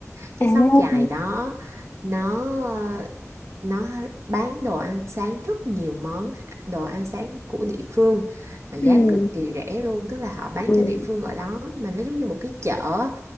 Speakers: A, on the right; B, on the left.
A: cái
B: À.
A: xóm chài đó nó ờ, nó bán đồ ăn sáng rất nhiều món đồ ăn sáng của địa phương mà giá
B: Ừm.
A: cực kỳ rẻ luôn tức là họ bán
B: Ừm.
A: cho địa phương ở đó mà nó giống như một cái chợ